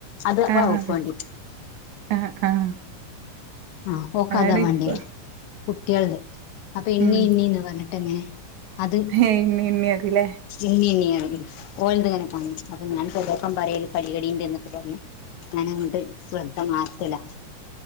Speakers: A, on the left (about 85°); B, on the right (about 70°).
A: അത്
B: ആഹ് ആഹ്
A: ഓക്ക്വാണ്ട്യേ
B: ആഹ് ആഹ്
A: ആഹ് ഓക്കതാ
B: അതാണ്
A: വാണ്ട്യേ
B: ഇപ്പ
A: കുട്ട്യാളത് അപ്പൊ എണ്ണി
B: ഉം
A: എണ്ണീന്ന് പറഞ്ഞിട്ട് അങ്ങനെ അത്
B: ഇന്നി ഇന്നി അറില്ലേ
A: എണ്ണി എണ്ണിഅറിയും ഓലത് ഇങ്ങനെ കാണും അപ്പൊ ഞാൻ ചെലേര്പ്പം പറയല് കടികടി ഇണ്ട്ന്ന്. എന്നൊക്കെ പറഞ്ഞ് ഞാനങ്ങോട്ട് ശ്രദ്ധ മാറ്റല.